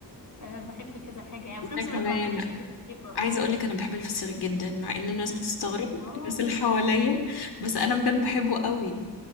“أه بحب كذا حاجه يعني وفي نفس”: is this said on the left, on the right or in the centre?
Left